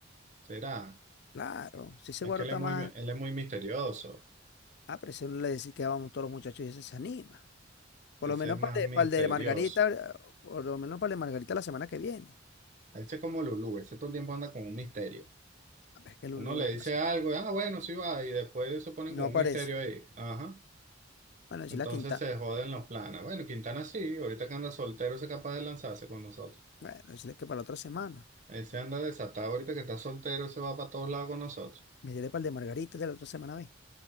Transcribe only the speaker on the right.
¿Será?
Es
que
él es muy,
él es muy misterioso.
Ese
es más
misterioso.
Ese es como Lulú, ese todo el tiempo anda con un misterio.
Uno le
dice
algo, y ah, bueno, sí va, y después se ponen
con
un misterio ahí. Ajá.
Entonces
se joden los planes. Bueno, Quintana sí, ahorita que anda soltero, ese es capaz de lanzarse con nosotros.
Ese anda desatado, ahorita que está soltero, se va para todos lados con nosotros.